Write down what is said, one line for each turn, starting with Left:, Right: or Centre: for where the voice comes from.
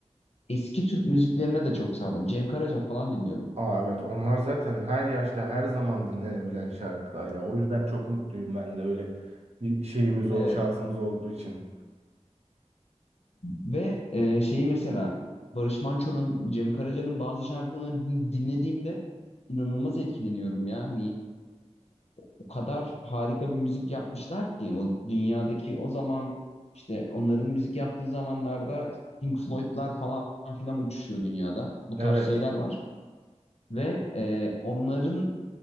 Left: eski Türk müziklerine de çok sardım. Cem Karaca falan dinliyorum.
Right: Aa evet onlar zaten her yaşta her zaman dinlenebilen şarkılar ya. O yüzden çok mutluyum ben de öyle bir şeyimiz o
Left: Evet.
Right: şansımız olduğu için.
Left: Ve e, şeyi mesela Barış Manço'nun, Cem Karaca'nın bazı şarkılarını din- dinlediğimde inanılmaz etkileniyorum ya. Hani o kadar harika bir müzik yapmışlar ki o dünyadaki o zaman işte onların müzik yaptığı zamanlarda Pink Floyd'lar falan filan uçuşuyor dünyada. Bu
Right: Evet
Left: tarz şeyler var ve e, onların